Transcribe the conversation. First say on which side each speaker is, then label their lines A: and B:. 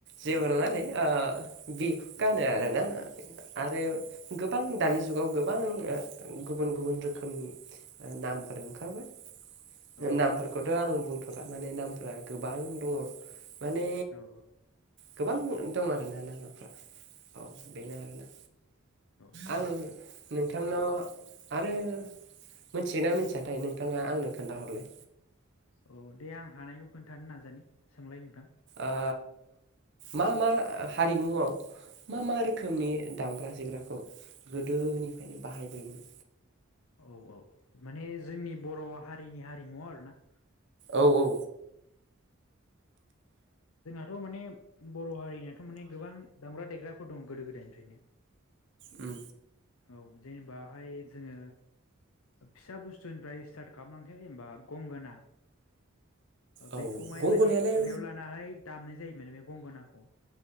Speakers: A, on the right; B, on the left.
A: जेबो
B: औ
A: नङा दे। बेखौ गानो
B: औ
A: आरोना आरो गोबां दानि जुगनि। जुगाव गोबां ओं‌ गुबुन गुबुन रोखोमनि नामफोर ओंखारबाय।
B: औ
A: नामफोरखौथ' आं बुं गारजानि नामफ्रा गोबां दङ। माने
B: औ
A: गोबां दं आरोना नामाफ्रा औ बेनो आरोना।
B: औ
A: आं नोंथांनाव आरो मिथियोना मिथियाथाय नोंथाङा आंनो खोन्थाहरलाय?
B: अ दे आं हानायखौ खोन्थानो नाजानि सोंलायनि <unintelligible>
A: ओ मा मा हारिमुआव मा मा रोखोमनि दामग्रा देग्राखौ गोदोनिफ्रायनो बाहायबोयोमोन?
B: औ औ माने जोंनि बर' हारिनि हारिमु आरोना।
A: औ औ।
B: थ' माने बर' हारिनियाथ' माने गोबां दामग्रा देग्रा फोर दं गोदो गोदायनिफ्रायनो।
A: ओम
B: औ जेनेबाहाय जोङो फिसा बुस्तुनिफ्राय स्टार्ट खालामलांसै होनबा गंगोना ओ
A: औ
B: बेखौहाय
A: गंगनायालाय
B: माने खुगायाव लानाहै दामनाय जायोमान बे गंगोनाखौ